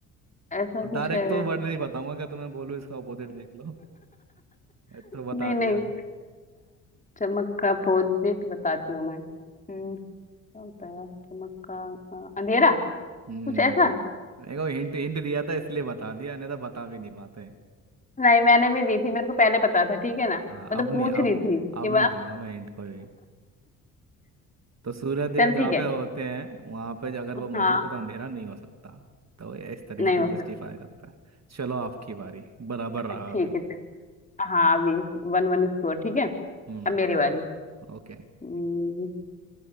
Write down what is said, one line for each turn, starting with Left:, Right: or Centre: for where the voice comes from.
Left: ऐसा
Right: अब
Left: कुछ
Right: डायरेक्ट
Left: है
Right: तो वर्ड नहीं बताऊंगा क्या तुम्हें बोलूँ इसका अपोजिट देख लो ये तो बता
Left: नहीं नहीं
Right: दिया
Left: चमक का अपोजिट बताती हूँ मैं हम्म क्या होता है चमक का अ, अंधेरा
Right: हम्म
Left: कुछ ऐसा
Right: देखो हिंट हिंट दिया था इसलिए बता दिया नहीं तो बता भी नहीं पाते
Left: नहीं मैंने भी दी थी मेरे को पहले पता था ठीक है ना
Right: हाँ
Left: मैं
Right: अब
Left: तो
Right: नहीं
Left: पूछ
Right: अब
Left: रही थी कि
Right: अब
Left: मैं
Right: नहीं दूंगा मैं हिंट कोई तो सूर्य देव
Left: चल
Right: जहाँ
Left: ठीक है
Right: पे होते हैं वहां पे अगर वो मौजूद
Left: हाँ
Right: है तो अंधेरा नहीं हो सकता तो ये इस तरीके
Left: नहीं हो
Right: से
Left: सकता
Right: जस्टिफाई करता है चलो आपकी बारी बराबर रहा
Left: ठीक
Right: अभी
Left: है चल हाँ अभी वन वन स्कोर ठीक है
Right: हम्म
Left: अब मेरी बारी
Right: ओके
Left: हम्म,